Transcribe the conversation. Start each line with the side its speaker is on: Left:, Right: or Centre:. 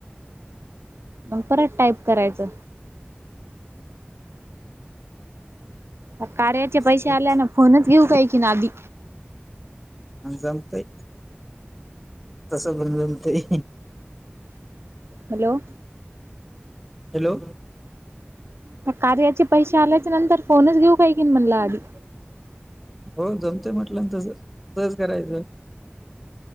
Right: मग परत टाईप करायचं. मग कार्याचे
Centre: मस्त
Right: पैसे
Centre: आहे.
Right: आल्यान फोनच घेऊ काही कीन आधी.
Centre: आणि जमतंय, तसंच बनतय,
Right: हॅलो!
Centre: हॅलो!
Right: त्या कार्याचे पैसे आल्याचे नंतर फोनच घेऊ काही कीन म्हणलं आधी.
Centre: हो जमतय म्हटलं ना तसंच, तसंच करायचं.